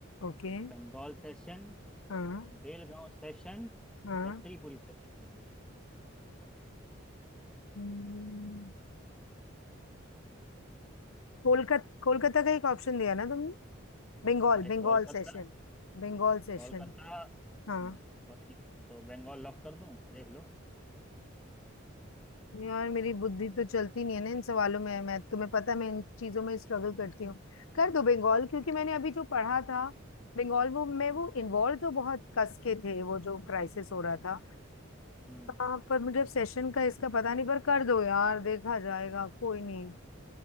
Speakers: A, on the left; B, in the centre.
A: ओके
B: Bengal session
A: हाँ
B: Belgaum session
A: हाँ
B: या त्रिपुरी सेशन
A: हम्म, कोलकाता कोलकाता का एक ऑप्शन दिया ना तुमने बंगाल
B: हाँ एक
A: बंगाल
B: कोलकाता
A: सेशन बंगाल सेशन
B: कोलकाता
A: हाँ
B: हम्म, को ठीक तो बंगाल लॉक कर दूं देख लो
A: यार मेरी बुद्धि तो चलती नहीं है ना इन सवालों में मैं तुम्हें पता है मैं इन चीजों में स्ट्रगल करती हूँ कर दो बंगाल क्योंकि मैंने अभी जो पढ़ा था बंगाल वो में
B: हम्म
A: वो इन्वॉल्व तो बहुत कस के थे वो जो क्राइसिस हो रहा था
B: हम्म,
A: हाँ पर मुझे सेशन का इसका पता नहीं पर कर दो यार देखा जाएगा कोई नहीं